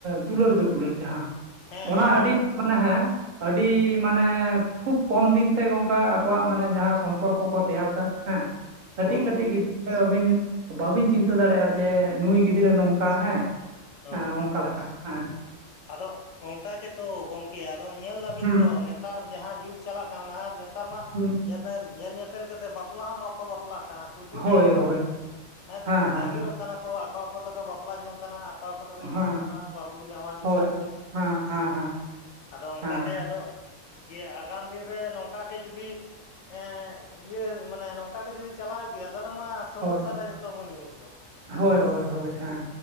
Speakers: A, on the right; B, on the left.
A: ᱫᱩᱞᱟᱹᱲ-ᱫᱩᱯᱞᱟᱹᱲ ᱡᱟᱦᱟᱸ
B: ᱦᱮᱸ
A: ᱚᱱᱟ
B: ᱦᱮᱸ ᱦᱮᱸ
A: ᱟᱹᱰᱤ ᱢᱟᱱᱮ ᱦᱮᱸ ᱟᱹᱰᱤ ᱢᱟᱱᱮ ᱠᱷᱩᱵ ᱠᱚᱢ ᱫᱤᱱ ᱛᱮ ᱜᱚᱝᱠᱟ ᱟᱠᱚᱣᱟᱜ ᱢᱟᱱᱮ ᱡᱟᱦᱟᱸ ᱥᱚᱢᱯᱚᱨ ᱠᱚᱠᱚ ᱛᱮᱭᱟᱨ ᱫᱟ ᱦᱮᱸ ᱠᱟᱹᱴᱤᱡ
B: ᱦᱳᱭ
A: ᱠᱟᱹᱴᱤᱡ
B: ᱦᱳᱭ
A: ᱜᱤᱫᱽᱨᱟᱹ ᱟᱹᱵᱤᱱ ᱵᱟᱹᱵᱤᱱ ᱪᱤᱱᱛᱟᱹ ᱫᱟᱲᱮᱭᱟᱜᱼᱟ, ᱡᱮ ᱱᱩᱭ ᱜᱤᱫᱽᱨᱟᱹ ᱱᱚᱝᱠᱟ ᱦᱮᱸ
B: ᱦᱳᱭ
A: ᱦᱮᱸ ᱚᱱᱠᱟ ᱦᱮᱸ
B: ᱟᱫᱚ ᱚᱝᱠᱟ ᱜᱮᱛᱚ ᱜᱚᱝᱠᱮ ᱟᱫᱚ ᱧᱮᱞ ᱫᱟᱵᱤᱱ
A: ᱦᱩᱸ
B: ᱛᱚ ᱱᱮ ᱛᱟᱨ ᱡᱟᱦᱟᱸ ᱡᱩᱜᱽ ᱪᱟᱞᱟᱜ ᱠᱟᱱᱟ ᱱᱟᱣᱟ ᱱᱮᱛᱟᱨ ᱢᱟ
A: ᱦᱩᱸ
B: ᱧᱮᱞ ᱵᱮᱱ ᱧᱮᱞ ᱧᱮᱯᱮᱞ ᱠᱟᱛᱮᱫ ᱵᱟᱯᱞᱟ ᱦᱚᱸ ᱵᱟᱠᱚ ᱵᱟᱯᱞᱟᱜ ᱠᱟᱱᱟ ᱾ ᱥᱩᱫᱷᱩ
A: ᱦᱳᱭ
B: ᱧᱮᱞ ᱠᱚᱵᱮᱱ
A: ᱦᱳᱭ
B: ᱦᱮᱫᱽ
A: ᱦᱮᱸ ᱦᱮᱸ
B: ᱟᱜᱤᱨᱚᱜ
A: ᱦᱮᱸ
B: ᱠᱟᱱᱟ ᱠᱚ ᱟᱠᱚ ᱟᱠᱚ ᱛᱮᱠᱚ ᱵᱟᱯᱞᱟ ᱡᱚᱝ ᱠᱟᱱᱟ, ᱟᱠᱚ ᱛᱚ ᱯᱮ ᱦᱤᱡᱩᱜ
A: ᱦᱮᱸ
B: ᱠᱟᱱᱟ ᱵᱟᱹᱦᱩ ᱡᱟᱶᱟᱭ ᱢᱤᱫ
A: ᱦᱳᱭ
B: ᱥᱟᱝᱛᱮ,
A: ᱦᱮᱸ ᱦᱮᱸ ᱦᱮᱸ
B: ᱟᱫᱚ ᱚᱱᱠᱟ
A: ᱦᱮᱸ
B: ᱜᱮ ᱟᱫᱚ ᱡᱮ ᱟᱜᱟᱢ ᱫᱤᱱ ᱨᱮ ᱱᱚᱝᱠᱟ ᱜᱮ ᱡᱩᱫᱤ ᱮᱸ ᱤᱭᱟᱹ ᱢᱟᱱᱮ ᱱᱚᱝᱠᱟ ᱜᱮ ᱡᱩᱫᱤ ᱪᱟᱞᱟᱣ ᱤᱫᱤᱭᱟ ᱛᱟᱞᱦᱮ ᱢᱟ ᱥᱚᱢᱚᱥᱥᱟ
A: ᱦᱳᱭ
B: ᱨᱮ ᱡᱷᱚᱛᱚ ᱵᱚᱱ ᱧᱩᱨᱩᱜ ᱫᱚ ᱾
A: ᱦᱳᱭ ᱦᱳᱭ ᱦᱳᱭ ᱦᱮᱸ